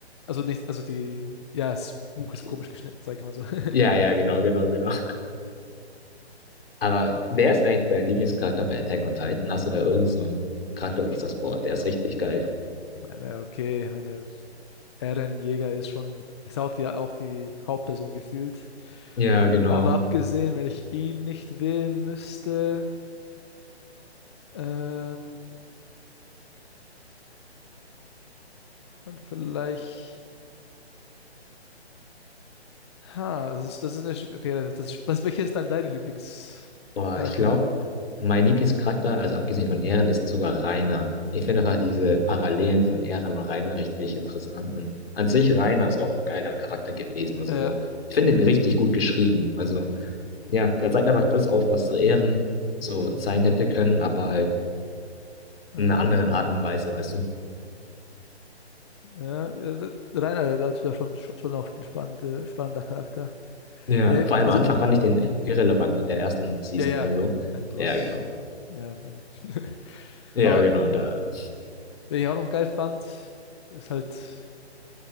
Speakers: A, on the left; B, on the left.
A: also nicht, also die, ja, das Buch
B: <laughs>
A: ist komisch geschnitten, sag ich mal so.
B: Ja,
A: <laughs>
B: ja, genau, genau, genau. Aber wer ist eigentlich dein Lieblingscharakter bei Attack on Titan? Hast du da irgend so einen Charakter, wo du sagst, boah, der ist richtig geil?
A: Ich meine, okay, ich meine, Eren Jäger ist schon, ist auch die, auch die Hauptperson gefühlt.
B: Ja, genau.
A: Aber abgesehen, wenn ich ihn nicht wählen müsste. Ähm, dann vielleicht. Ha, das ist, das ist eine. Sch- Okay, das, ist- was, welcher ist dann deine Lieblingscharakter?
B: Boah, ich glaube, mein Lieblingscharakter, also abgesehen von Eren, ist sogar Reiner. Ich finde einfach diese Parallelen von Eren und Reiner richtig interessant. Und an sich Reiner ist auch ein geiler Charakter gewesen. Also
A: Äh,
B: so. Ich finde ihn richtig gut geschrieben. Also ja, der zeigt einfach das auf, was so Eren so sein hätte können, aber halt
A: äh,
B: in einer anderen Art und Weise, weißt du.
A: ja, äh, Rainer, da ist schon, schon auch ein spannende, spannender Charakter.
B: Ja,
A: Nee,
B: vor allem
A: also,
B: am Anfang fand ich den irrelevant in der ersten Season
A: ja, ja.
B: oder so.
A: Nein, du
B: Ja,
A: hast.
B: genau.
A: Ja, meine. <laughs>
B: Ja,
A: Aber
B: genau, da.
A: wen ich auch noch geil fand, ist halt